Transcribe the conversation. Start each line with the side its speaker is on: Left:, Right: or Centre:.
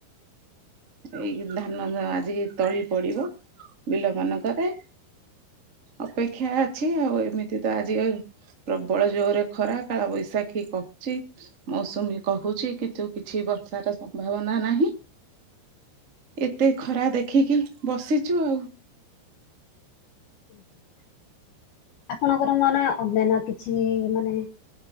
Right: ଏଇ ଧାନ ଆଜି ତଳି ପଡିବ ବିଲ ମାନଙ୍କରେ। ଅପେକ୍ଷା ଅଛି ଆଉ। ଏମିତି ତ ଆଜି ପ୍ରବଳ ଜୋରେ ଖରା କାଳ ବୈଶାଖୀ କହୁଛି। ମୌସୁମୀ କହୁଛି କିନ୍ତୁ କିଛି ବର୍ଷାର ସମ୍ଭାବନା ନାହିଁ। ଏତେ ଖରା ଦେଖିକି ବସିଛୁ ଆଉ।
Left: <unintelligible> ଆପଣଙ୍କର ମାନେ ଅନ୍ୟାନ୍ୟ କିଛି ମାନେ